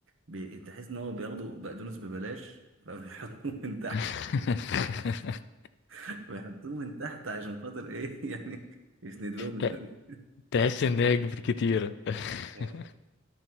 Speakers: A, on the right; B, on the left.
A: بي... تحس ان هو بياخدوا بقدونس ببلاش فبيحطوه من تحت
B: <laughs>
A: <laughs> بيحطوه من تحت عشان خاطر ايه <laughs> يعني يسند لهم الدنيا
B: ت- تحس ان هي كبير كتيرة <laughs>
A: يعني